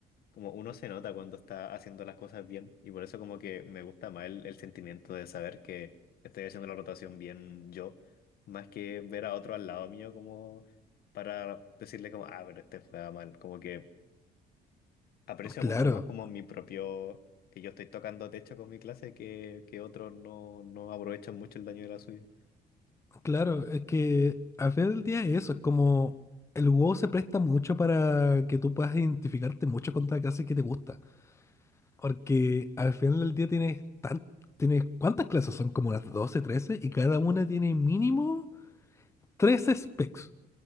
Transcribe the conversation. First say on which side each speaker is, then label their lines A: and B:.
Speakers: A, on the left (about 65°); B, on the left (about 15°).
A: como uno se nota cuando está haciendo las cosas bien, y por eso como que me gusta más el, el sentimiento de saber que estoy haciendo la rotación bien yo, más que ver a otro al lado mío como para decirle como, ah, pero este juega mal, como que aprecio
B: claro,
A: mucho más como mi propio, que yo estoy tocando techo con mi clase que, que otros no, no aprovechan mucho el daño de la suya.
B: claro. Es que al final del día eso, es como el WoW se presta mucho para que tú puedas identificarte mucho contra la clase que te gusta. Porque al final del día tienes tan, tienes ¿cuántas clases son? Como las 12 13 y cada una tiene mínimo 3 specs.